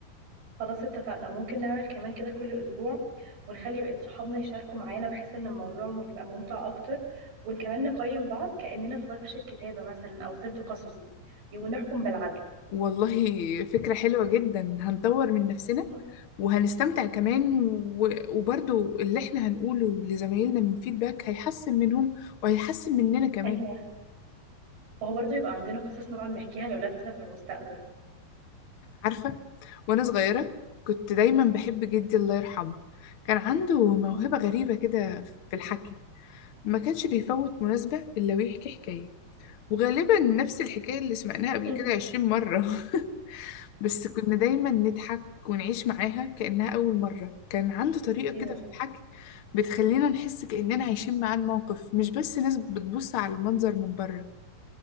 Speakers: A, on the right (about 75°); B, on the left (about 70°).
A: خلاص اتفقنا ممكن نعمل كمان كده كل اسبوع ونخلي بقية صحابنا يشاركوا معانا بحيث ان الموضوع يبقى ممتع اكتر وكمان نقيم بعض كأننا في ورشة كتابة مثلا او سرد قصصي ونحكم بالعدل
B: والله فكرة حلوة جدا هنطور من نفسنا
A: مم.
B: وهنستمتع كمان و... وبرضو اللي احنا هنقوله لزمايلنا من فيدباك هيحسن منهم وهيحسن مننا كمان
A: أيوة وهو برضه يبقى عندنا قصص نقعد نحكيها لأولادنا في المستقبل
B: عارفة وأنا صغيرة كنت دايما بحب جدي الله يرحمه كان عنده موهبة
A: مم.
B: غريبة كده في الحكي ما كانش بيفوت مناسبة إلا ويحكي حكاية وغالبا نفس الحكاية اللي سمعناها قبل
A: <laughs>
B: كده عشرين مرة <laughs> بس كنا دايما نضحك ونعيش معاها كأنها أول مرة كان عنده طريقة
A: ايوه
B: كده في الحكي بتخلينا نحس كأننا عايشين معاه الموقف مش بس ناس بتبص على المنظر من بره